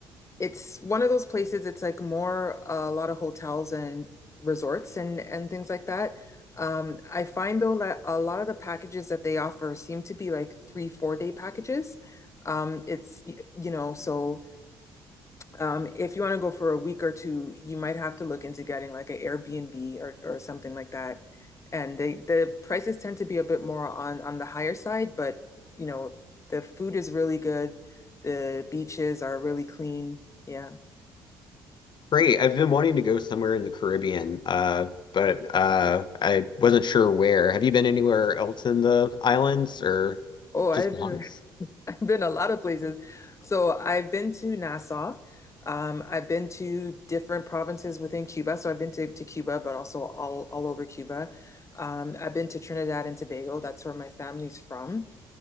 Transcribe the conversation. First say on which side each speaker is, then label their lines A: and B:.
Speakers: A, on the left; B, on the left.
A: it's one of those places. It's like more uh, a lot of hotels and resorts and and things like that. Um, I find though that a lot of the packages that they offer seem to be like three, four day packages. Um, it's y- you know, so um, if you want to go for a week or two, you might have to look into getting like an Airbnb or or something like that. And they the prices tend to be a bit more on on the higher side, but you know, the food is really good. The beaches are really clean. Yeah.
B: Great. I've been wanting to go somewhere in the Caribbean, uh, but uh, I wasn't sure where. Have you been anywhere else in the islands, or
A: Oh, I've
B: just Bahamas?
A: been <laughs> I've been a lot of places. So I've been to Nassau. Um, I've been to different provinces within Cuba. So I've been to, to Cuba, but also all all over Cuba. Um, I've been to Trinidad and Tobago. That's where my family's from.